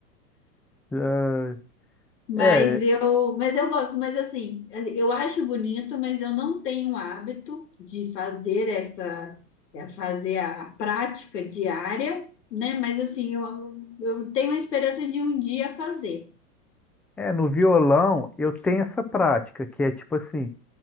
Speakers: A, in the centre; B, on the left.
A: Ah,
B: Mas
A: é,
B: eu, mas eu gosto, mas assim, assim, eu acho bonito, mas eu não tenho o hábito de fazer essa, é, fazer a, a prática diária, né? Mas assim, eu, eu tenho a esperança de um dia fazer.
A: é, no violão eu tenho essa prática, que é tipo assim,